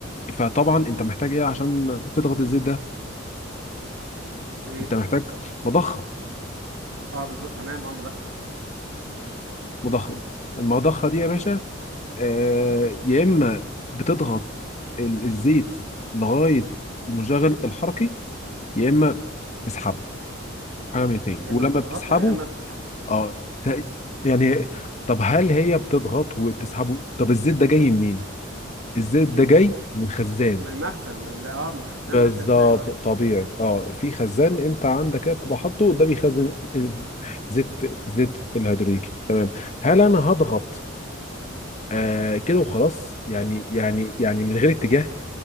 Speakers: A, on the left; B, on the right.
A: فطبعا انت محتاج ايه عشان تضغط الزيت ده
B: ايه
A: انت محتاج مضخه
B: اه بالظبط تمام اه مضخ
A: مضخه المضخه دي يا باشا آه يا اما بتضغط ال- الزيت لغايه المشغل الحركي يا اما تسحبه حاجه من اتنين
B: يا
A: ولما
B: اما بتضغطه
A: بتسحبه
B: يا اما بتسحبه
A: اه ت- يعني طب هل هي بتضغط وبتسحبه طب الزيت ده جاي منين الزيت ده جاي من خزان
B: من المخزن من ال- اه من الخزان
A: بالظبط
B: اللي انت لسه قايل عليه
A: طبيعي اه في خزان انت عندك كده بتبقى حاطه ده بيخزن ال- زيت زيت الهيدروليكي تمام هل انا هضغط
B: طب
A: آه كده وخلاص يعني يعني يعني من غير اتجاه